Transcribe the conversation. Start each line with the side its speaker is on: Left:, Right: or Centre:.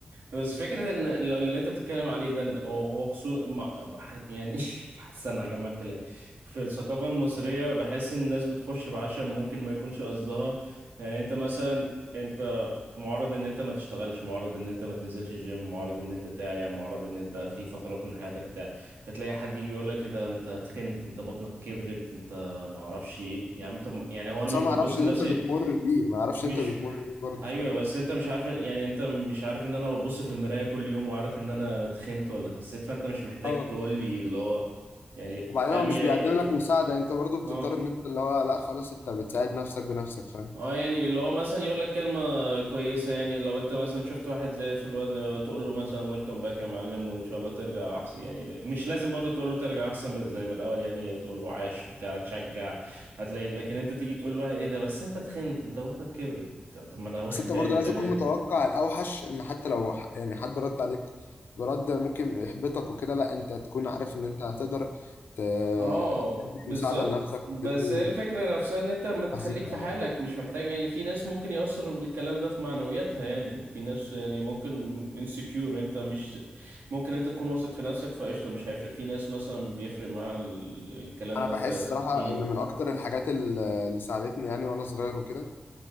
Right: بس فكرة ان لو اللي انت بتتكلم عليه ده إن هو خصوصا مع- بح- يعني <laughs> استنى اجمع الكلام في الثقافة المصرية بحس ان الناس بتخش بعشم ممكن ما يكونش قصدها يعني انت مثلا انت معرض ان انت ما تشتغلش معرض ان انت ما تنزلش الجيم معرض ان انت تعيا معرض ان انت في فترات من حياتك بتاع فتلاقي حد يجي يقول لك كده انت تخنت انت بطنك كبرت انت ما اعرفش ايه يعني طب يعني هو انا
Left: بس
Right: مش
Left: انا
Right: ببص
Left: ما اعرفش
Right: لنفسي
Left: اللي انت بتمر بيه ما اعرفش
Right: مش
Left: انت بتمر بيه برضه
Right: ايوه
Left: فاهم
Right: بس انت مش عارف يعني انت مش عارف ان انا ببص في المرايه كل يوم وعارف ان انا تخنت ولا خسيت فانت مش محتاج
Left: اه
Right: تقول لي اللي هو يعني
Left: وبعدين
Right: فاهم
Left: هو مش
Right: يعني
Left: بيقدم
Right: ت-
Left: لك مساعده انت برضه
Right: اه
Left: بتضطر ان انت اللي هو لا خلاص انت بتساعد نفسك بنفسك فاهم
Right: اه يعني اللي هو مثلا يقول لك كلمه كويسه يعني لو انت مثلا شفت واحد زايد في الوزن تقول له مثلا ويلكم باك يا معلم وان شاء الله ترجع احسن يعني مش لازم برضه تقول له ترجع احسن زي ما الاول يعني تقول له عاش بتاع تشجع هتلاقي لكن انت تيجي تقول لواحد ايه ده بس انت تخنت انت بطنك كبرت طب ما انا واخد
Left: بس انت
Right: بالي
Left: برضه
Right: انت
Left: لازم
Right: ليه
Left: تكون متوقع الاوحش ان حتى لو ح- يعني حد رد عليك برد ممكن يحبطك وكده لا انت تكون عارف ان انت هتقدر ت-
Right: اه
Left: تدي
Right: بالظبط
Left: مساعده لنفسك
Right: بس
Left: وتدي
Right: هي الفكرة نفسها ان انت ما تخليك
Left: عزيمه
Right: في
Left: يعني
Right: حالك مش محتاج يعني في ناس ممكن يأثر الكلام ده في معنوياتها يعني في ناس يعني ممكن insecure انت مش ز- ممكن انت تكون واثق في نفسك فقشطة مش هيفرق في ناس مثلا بيفرق مع ال- الكلام
Left: انا
Right: ده
Left: بحس
Right: انت
Left: صراحه
Right: مم.
Left: ان من اكتر الحاجات ال- اللي ساعدتني يعني وانا صغير وكده